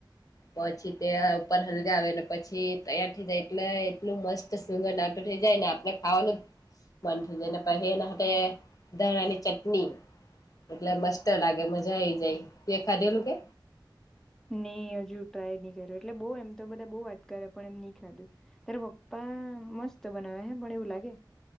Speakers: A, on the left (about 45°); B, in the centre.
A: પછી તાયે ઉપર હલગાવને પછી તયા થાઈ જાય એટલે એટલું મસ્ત સુુંગંઘ આવતું થાઈ જાય ને આપણે ખાવાનું જ મન થાઈ જાયને પહી એના હાથે ધાણાની ચટણી એટલે મસ્ત લાગે મજા આઈ જાય તે ખાધેલું કે
B: ની હજુ ટ્રાય નહી કર્યો એટલે બો એમ તો બધા બો વાત કરે પણ એમ નહી ખાધું તારા પપ્પા હા મસ્ત બનાવે હે પણ એવું લાગે